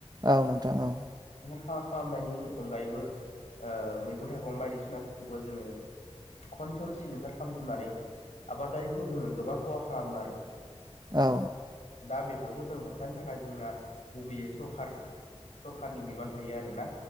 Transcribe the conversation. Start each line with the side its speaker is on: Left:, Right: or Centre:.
Right: औ नोंथां औ।
Left: हा खालामनायनि अनगायैबो मैगं थाइगं बायदिसिनाफोरखौबो जोङो खनसेयावनो सिलिंखार खालामजोबनानै आबादारिखौ जोङो गोबां खहा खालामो आरो।
Right: औ।
Left: दा बेफोरखौ जों होबथानो थाखाय जोंना गुबैयै सरखार सरखारानि बिबान थायो आरो ना।